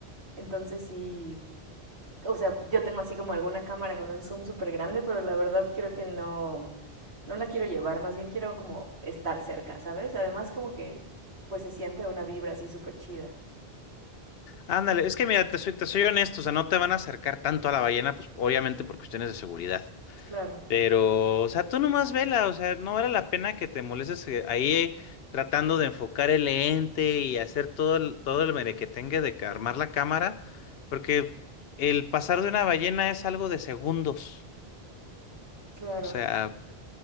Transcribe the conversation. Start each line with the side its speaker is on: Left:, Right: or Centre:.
Right: Entonces sí, o sea, yo tengo así como alguna cámara con un zoom súper grande, pero la verdad creo que no, no la quiero llevar, más bien quiero como estar cerca, ¿sabes? Además como que pues se siente una vibra así súper chida.
Left: Ándale, es que mira, te soy, te soy honesto, o sea, no te van a acercar tanto a la ballena, pues obviamente por cuestiones de seguridad.
Right: Claro.
Left: Pero, o sea, tú nomás vela, o sea, no vale la pena que te molestes eh, ahí tratando de enfocar el lente y hacer todo el, todo el merequetengue de ca- armar la cámara, porque el pasar de una ballena es algo de segundos,
Right: Claro.
Left: o sea,